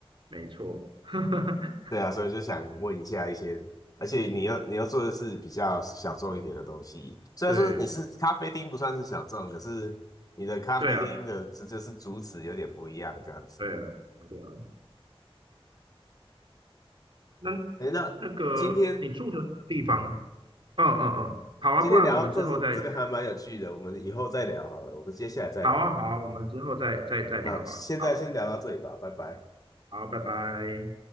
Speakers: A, on the right; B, on the left.
A: 没错，<laughs>
B: 对啊，所以就想问一下一些，而且你要你要做的是比较小众一点的东西，虽然说你是咖啡厅不算是小众，
A: 对
B: 可是你的咖啡厅的这就是主旨有点不一样这样子。
A: 对啊，对啊，对啊。那
B: 哎，那今天
A: 那个你住的地方，嗯嗯嗯，好啊，
B: 今天聊到这这个还蛮有趣的，
A: 不然我们之后再，
B: 我们以后再聊好了，我们接下来再聊。
A: 好啊好啊，我们之后再再再聊啊，
B: 好，现在先聊到这里吧，
A: 好，
B: 拜拜。
A: 好，拜拜。